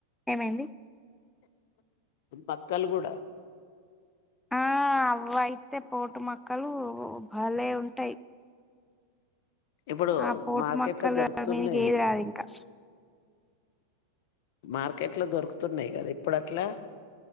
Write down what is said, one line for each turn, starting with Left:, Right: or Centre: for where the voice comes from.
Centre: ఏమైంది
Left: మక్కలు కూడా
Centre: ఆ అవయితే పోటు మక్కలు భాలే ఉంటాయి
Left: ఇప్పుడు
Centre: ఆ పోటు
Left: మార్కెట్‌లో
Centre: మక్కలు
Left: దొరుకుతున్నాయి.
Centre: మీదికి ఏది రాదు ఇంకా
Left: మార్కెట్ లో దొరుకుతున్నాయి కదా ఇప్పుడు అట్లా